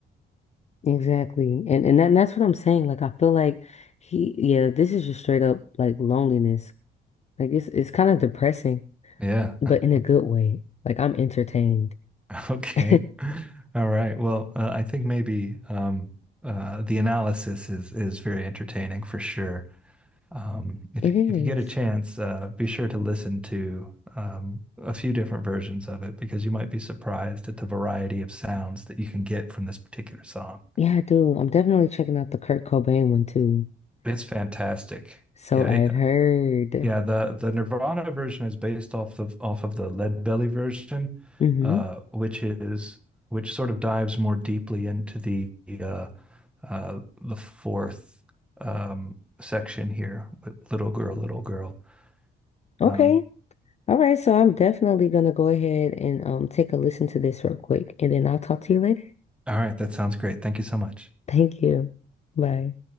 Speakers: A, on the left (about 35°); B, in the centre.
A: Exactly. And and that, that's what I'm saying. Like I feel like he yeah, this is just straight up like loneliness. Like it's it's kind of depressing,
B: Yeah.
A: but
B: <laughs>
A: in a good way. Like I'm entertained.
B: Okay.
A: <laughs>
B: All right. Well, uh, I think maybe um, uh, the analysis is is very entertaining for sure. Um, if
A: It
B: if
A: is.
B: you get a chance, uh, be sure to listen to um, a few different versions of it because you might be surprised at the variety of sounds that you can get from this particular song.
A: Yeah, I do. I'm definitely checking out the Kurt Cobain one too.
B: It's fantastic.
A: So
B: Yeah,
A: I've
B: it,
A: heard.
B: Yeah, the the Nirvana version is based off the off of the Leadbelly version,
A: hmm
B: uh, which is which sort of dives more deeply into the uh, uh, the fourth um, section here with Little Girl, Little Girl.
A: Okay.
B: Um,
A: All right, so I'm definitely gonna go ahead and um take a listen to this real quick and then I'll talk to you later.
B: all right, that sounds great. Thank you so much.
A: Thank you. Bye.